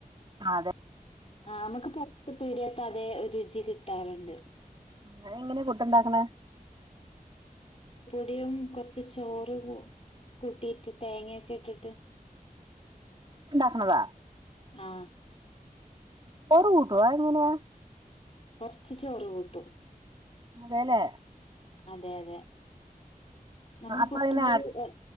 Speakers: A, on the right (about 35°); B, on the left (about 45°).
A: അതെ
B: ആ നമുക്ക് പൊറത്ത് പീടിയത്തെ അതെ രുചി കിട്ടാറുണ്ട്
A: നിങ്ങ എങ്ങനെയാ പുട്ടുണ്ടാക്കണേ
B: ടെയും കൊറച്ച് ചോറ് കൂട്ടിയിട്ട് തേങ്ങയൊക്കെ ഇട്ടിട്ട്
A: ണ്ടാക്കണതാ
B: ആ
A: ചോറ് കൂട്ടുവോ അതെങ്ങനെയ
B: കുറച്ച്ചോറ് കൂട്ടും
A: അതേലെ
B: അതെ അതെ നമ്മള്
A: അപ്പൊ
B: പുട്ടും
A: ഇങ്ങനെ
B: പൊടി എ